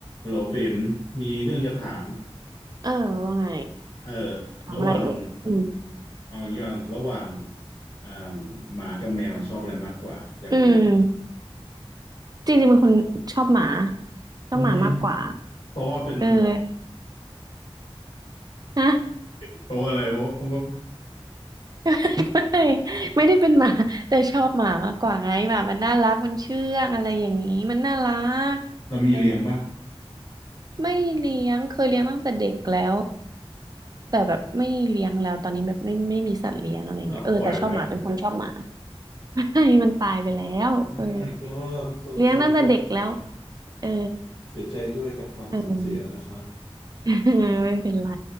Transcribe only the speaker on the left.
โหลเบ๋มมีเรื่องจะถาม
เออ
ระหว่างเอาอย่างนี้ก่อนระหว่างอ่าหมากับแมวชอบอะไรมากกว่าอยากรู้
ทำไมเพราะว่าเป็น
เพราะว่าอะไรเพราะเพราะว่า
เรามีเลี้ยงป่ะ
อ้าวปล่อยไปเหรอ
Oh my god I'm so
sorry
เสียใจด้วยกับความสูญเสียนะครับ